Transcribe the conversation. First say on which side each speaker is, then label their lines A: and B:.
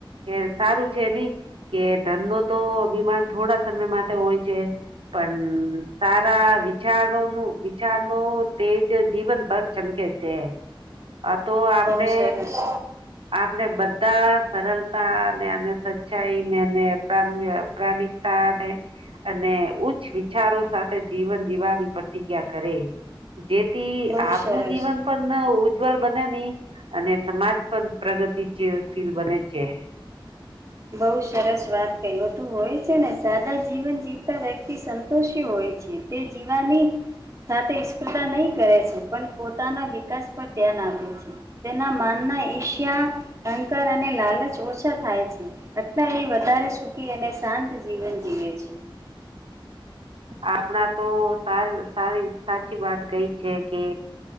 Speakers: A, on the right; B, on the right.
A: કે સારું છે નઈ કે ધન નો તો અભિમાન થોડા સમય માટે હોય છે પણ સારા વિચારોનું વિચારનોો તેજ જીવન ભર ચમકે છે આ તો આપણે
B: બહુ સરસ
A: આપડે બધા સરળતા ને અને સચ્ચાઈને એને પ્રાણ પ્રાણિકતા અને અને ઉચ્ચ વિચારો સાથે જીવન જીવવાની પ્રતિજ્ઞા કરે જેથી
B: બહુ
A: આપનું
B: સરસ
A: જીવન પણ ઉજ્જવલ બને નહી અને સમાજ પણ પ્રગતિશીલ બને છે
B: બઉુ સરસ વાત ક તોું હોય છે ને સાદા જીવન જીવતા વ્યક્તિ ષી હોય છે તે જીવાની સાથે સ્પર્ધા નહીં કરે છે પણ પોતાના વિકાસ પર ધ્યાન આપે છે તેના માનના ઈશ્યા અંકર અને લાલચ ઓછા થાય છે એટલા એ વધારે સુખી અને શાંત જીવન જીવે છે
A: આપણા તો સ સારી સાચી વાત કઈ છે કે